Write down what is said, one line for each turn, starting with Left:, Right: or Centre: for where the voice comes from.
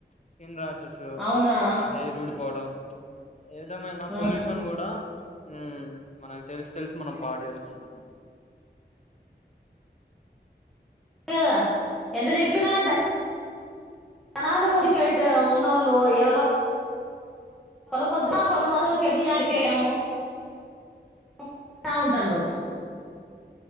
Left: స్కిన్ రాషెస్
Centre: అవునా
Left: ఇట్లా హెయిర్ ఊడిపోవడం. ఏదమైనా
Centre: ఆ,
Left: పొల్యూషన్ కూడా. ఉమ్ మనకు తెలిసి తెలిసి మనం పాడు చేసుకుంటాము.
Centre: చెప్పిన కదా ఎంత చెప్పినా చెప్. తలదూర కనాలోచికేట్ ఉన్నోళ్ళు ఎవరో. కొంచ కొంత వరకు కొంతమంది చెట్లు నరకడము ఉంటా ఉంటాన్ర.